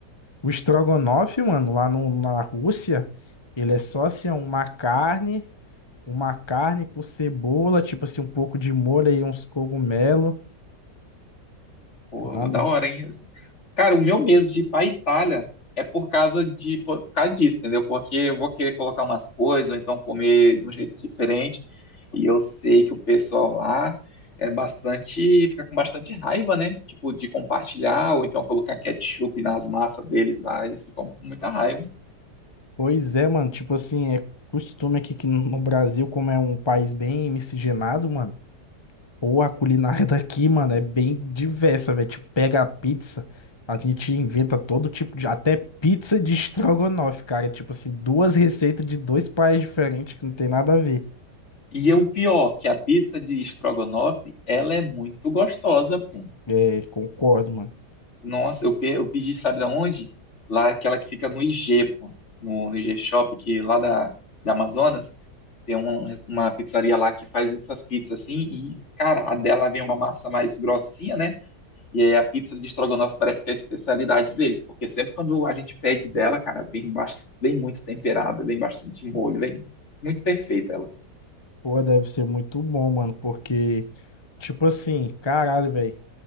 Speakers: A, on the left; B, on the left.
A: O estrogonofe, mano, lá no- na Rússia, ele é só assim, ó, uma carne, uma carne com cebola, tipo assim, um pouco de molho e uns cogumelos.
B: Pô,
A: Mano,
B: da hora, hein? Cara, o meu medo de ir pra Itália é por causa de, por causa disso, entendeu? Porque eu vou querer colocar umas coisas, ou então comer de um jeito diferente. E eu sei que o pessoal lá é bastante, fica com bastante raiva, né? Tipo, de compartilhar, ou então colocar ketchup nas massas deles lá, eles ficam com muita raiva.
A: pois é, mano, tipo assim, é costume aqui que no no Brasil, como é um país bem miscigenado, mano. Pô, a culinária <laughs> daqui, mano, é bem diversa, velho. Tipo, pega a pizza, a gente inventa todo tipo de. Até pizza de <laughs> estrogonofe, cara. Tipo assim, duas receitas de dois países diferentes que não tem nada a ver.
B: E é o pior, que a pizza de estrogonofe, ela é muito gostosa, pô.
A: É, concordo, mano.
B: Nossa, eu, pe- eu pedi, sabe da onde? Lá, aquela que fica no IG, pô, no, no IG Shop, que lá da, da Amazonas, tem uma, uma pizzaria lá que faz essas pizzas assim, e, cara, a dela vem uma massa mais grossinha, né? E aí a pizza de estrogonofe parece que é a especialidade deles, porque sempre quando a gente pede dela, cara, vem, bast- vem muito temperada, vem bastante molho, vem muito perfeita ela.
A: Pô, deve ser muito bom, mano, porque, tipo assim, caralho, velho.